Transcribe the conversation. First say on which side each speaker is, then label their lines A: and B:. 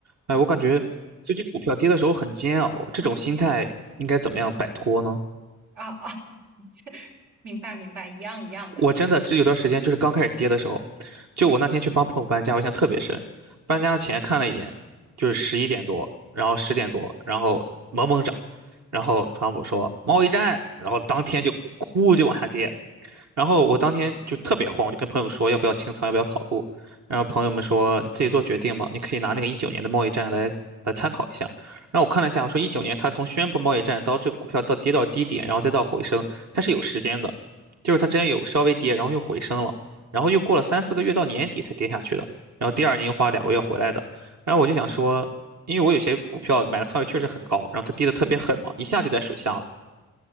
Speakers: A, on the right (about 65°); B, on the right (about 85°).
A: 哎，我感觉最近股票跌的时候很煎熬，这种心态应该怎么样摆脱呢？
B: 啊啊，<laughs> 明白明白，一样一样的
A: 我真的这有段时间就是刚开始跌的时候，就我那天去帮朋友搬家，我印象特别深。搬家前看了一眼，就是十一点多，然后十点多，然后猛猛涨，然后汤姆说贸易战，然后当天就哭就往下跌，然后我当天就特别慌，我就跟朋友说要不要清仓，要不要跑路。然后朋友们说你自己做决定嘛，你可以拿那个一九年的贸易战来来参考一下。然后我看了一下，我说一九年它从宣布贸易战到这个股票到跌到低点，然后再到回升，它是有时间的，就是它之前有稍微跌，然后又回升了，然后又过了三四个月到年底才跌下去的，然后第二年又花两个月回来的。然后我就想说，因为我有些股票买的仓位确实很高，然后它跌的特别狠嘛，一下就在水下了。